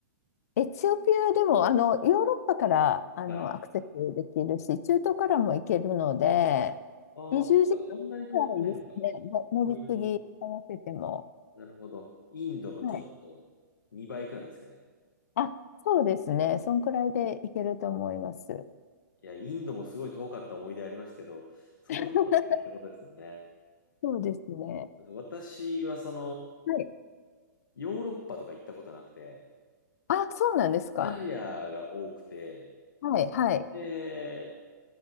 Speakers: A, on the left (about 50°); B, on the left (about 85°).
A: エチオピアでも、あの、ヨーロッパから、あの、
B: はい。
A: アクセスできるし、
B: あ
A: 中東からも行けるので、
B: あ、
A: 20時間
B: そっかそんなに遠くないのか。
A: ぐらいですね。の乗り継ぎ合わせても。
B: うん。なるほど。インドのちょっと2倍くらいですかね。
A: はい。あ、そうですね。
B: うん
A: そんくらいで行けると思います。
B: いや、インドもすごい遠かった思い出ありますけど、そのちょっと先ってことですよね。
A: <laughs> そうですね。
B: 私はそ
A: はい
B: ヨーロッパとか行ったことなくて、
A: あ、そうなんですか。
B: アジアが多くて、
A: はい、はい。
B: で、